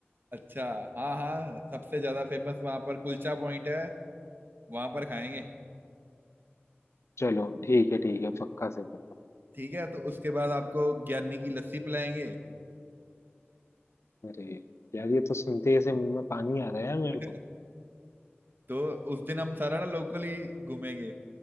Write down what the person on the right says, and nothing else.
अच्छा हाँ हाँ सबसे ज्यादा फेमस वहां पर कुलचा पॉइंट है वहां पर खाएंगे
ठीक है तो उसके बाद आपको ज्ञानी की लस्सी पिलाएंगे
<laughs>
तो उस दिन हम सारा ना लोकली घूमेंगे